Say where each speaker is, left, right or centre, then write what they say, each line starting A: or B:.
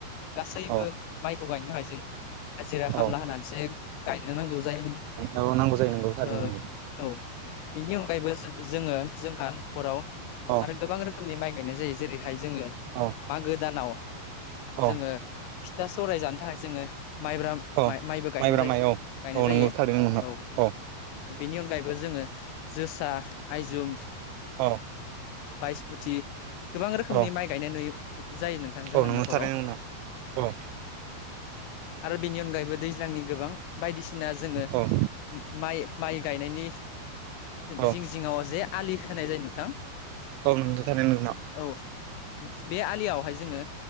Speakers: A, on the left; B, on the right.
A: गासैबो
B: औ
A: माइखौ गायनो थाखाय जों हाजिरा खामला
B: औ
A: होनानैसो गायनो नांगौ जायो
B: औ नांगौ जायो नंगौ थारैनो
A: ओ
B: नंगौ
A: औ बिनि अनगायैबो जोङो जोंहा नखराव
B: औ
A: आरो गोबां रोखोमनि माइ गायनाय जायो जेरैहाय जोङो
B: औ
A: मागो दानाव
B: औ
A: जोङो फिथा सौराय जानो थाखाय जोङो माइब्रा
B: औ
A: माइबो गायनाय
B: माइब्रा
A: जायो
B: माइ औ
A: गायनाय
B: औ
A: जायो
B: नंगौ थारैनो नंगौ नोंथां
A: औ बेनि अनगायैबो जोङो जोसा आइजुम
B: औ
A: बायसमुथि गोबां रोखोमनि
B: औ
A: माइ गायनाय नुयो जायो नोंथां जोंहानि
B: औ नंगौ
A: नखराव
B: थारैनो नोंथां औ
A: आरो बेनि अनगायैबो दैज्लांनि गोबां बायदिसिना जोङो
B: औ
A: माइ- माइ गायनायनि
B: औ
A: जिं-जिङाव जे आलि होनाय जायो नोंथां
B: <unintelligible>
A: औ बे आलियावहाय जोङो